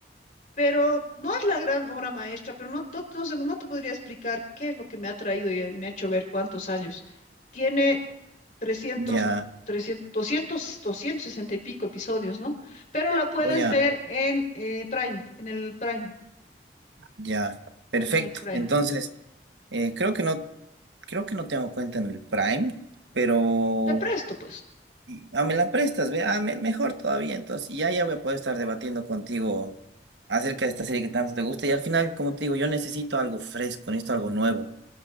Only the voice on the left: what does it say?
pero no es la gran obra maestra, pero no, to- no, sé, no te podría explicar qué es lo que me ha traído y eh, me ha hecho ver cuántos años. Tiene trescientos
trescientos doscientos doscientos sesenta y pico episodios, ¿no? Pero la puedes
ver en eh, Prime, en el Prime,
en el Prime.
Te presto, pues.